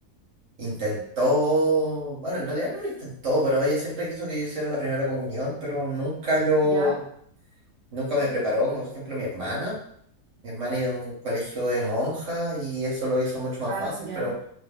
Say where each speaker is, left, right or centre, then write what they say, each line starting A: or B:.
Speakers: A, on the right; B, on the right.
A: intentó, bueno, en realidad no lo intentó, pero ella siempre quiso que yo hiciera la primera comunión, pero nunca lo,
B: ¿Ya?
A: nunca me preparó, como por ejemplo mi hermana. Mi hermana iba a un colegio de monjas y eso lo hizo mucho más
B: Ah,
A: fácil,
B: ya.
A: pero